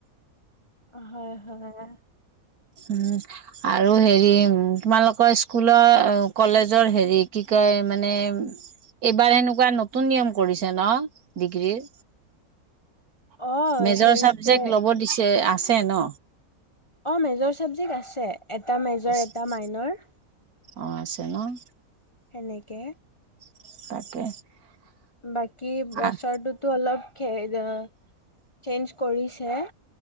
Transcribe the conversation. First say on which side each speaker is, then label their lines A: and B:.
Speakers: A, on the left; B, on the right.
A: হয় হয়
B: উম আৰু হেৰি তোমালোকৰ স্কুলৰ কলেজৰ হেৰি কি কয় মানে এইবাৰ এনেকুৱা নতুন নিয়ম কৰিছে ন ডিগ্ৰীৰ
A: অ
B: মেজৰ
A: সেইটোৱে
B: চাবজেক্ট ল'ব দিছে আহ আছে ন
A: অ মেজৰ চাবজেক্ট আছে এটা মেজৰ
B: আছে
A: এটা মাইনৰ
B: অ', আছে ন',
A: হেনেকে।
B: <unintelligible> <unintelligible>
A: বাকী বছৰটোতো
B: আহ
A: অলপ, সেইজন চেঞ্জ কৰিছে।